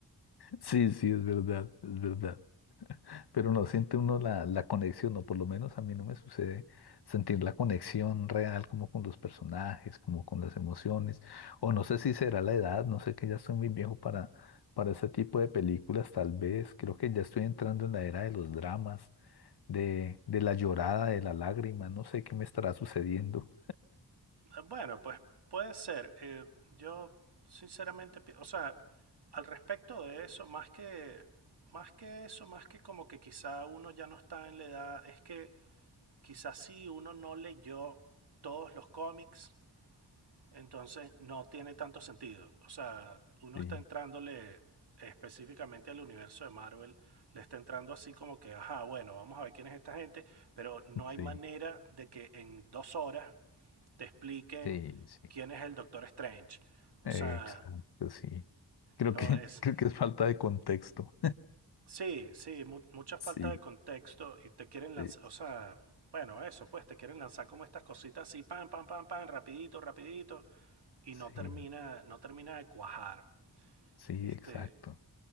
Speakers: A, on the left; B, on the right.
A: sí, sí, es verdad, es verdad. Pero no siente uno la, la conexión, o por lo menos a mí no me sucede sentir la conexión real como con los personajes, como con las emociones, o no sé si será la edad, no sé que ya estoy muy viejo para, para ese tipo de películas, tal vez, creo que ya estoy entrando en la era de los dramas, de, de la llorada, de la lágrima, no sé qué me estará sucediendo.
B: Bueno, pues puede ser. eh, yo sinceramente, o sea, al respecto de eso, más que, más que eso, más que como que quizá uno ya no está en la edad, es que quizá sí uno no leyó todos los cómics Entonces no tiene tanto sentido. O sea, uno
A: Sí,
B: está entrándole específicamente al universo de Marvel, le está entrando así como que, ajá, bueno, vamos a ver quién es esta gente, pero no hay
A: sí,
B: manera de que en dos horas te expliquen
A: sí, sí.
B: quién es el Doctor Strange. O
A: Exacto,
B: sea,
A: sí. Creo
B: no
A: que,
B: es...
A: <laughs> creo que es falta de contexto.
B: Sí, sí, mu- mucha falta
A: Sí,
B: de contexto y te quieren lanzar,
A: sí,
B: o sea, bueno, eso, pues te quieren lanzar como estas cositas así, pam, pam, pam, pam, rapidito, rapidito, y
A: sí,
B: no termina, no termina de cuajar.
A: sí,
B: Este,
A: exacto.